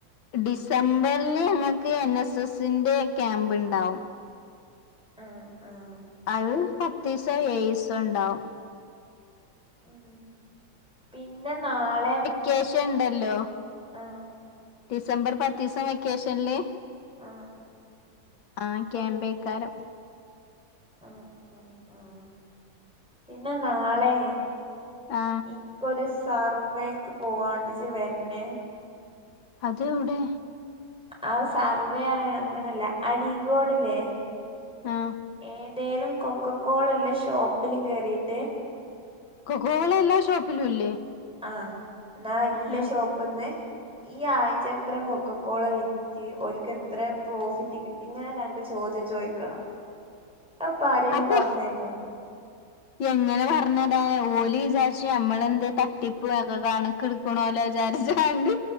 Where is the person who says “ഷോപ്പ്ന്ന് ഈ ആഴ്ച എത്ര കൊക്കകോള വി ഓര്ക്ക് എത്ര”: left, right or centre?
Centre